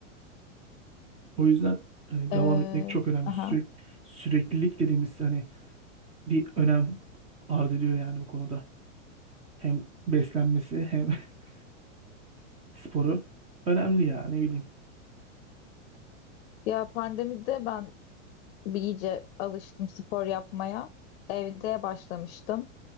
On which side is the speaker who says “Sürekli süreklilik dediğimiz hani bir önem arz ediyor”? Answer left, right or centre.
Right